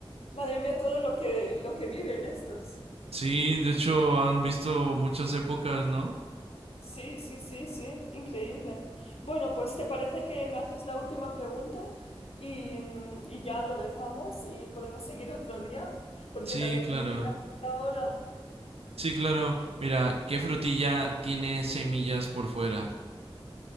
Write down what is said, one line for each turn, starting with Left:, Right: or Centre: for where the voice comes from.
Left: madre mía, todo lo que, lo que viven estos.
Right: Sí, de hecho, han visto muchas épocas, ¿no?
Left: Sí, sí, sí, sí, increíble. Bueno, pues ¿te parece que me haces la última pregunta y, mm, y ya lo dejamos y podemos seguir otro día? Porque
Right: Sí,
Left: también
Right: claro.
Left: tengo una cita ahora.
Right: Sí, claro. Mira, ¿qué frutilla tiene semillas por fuera?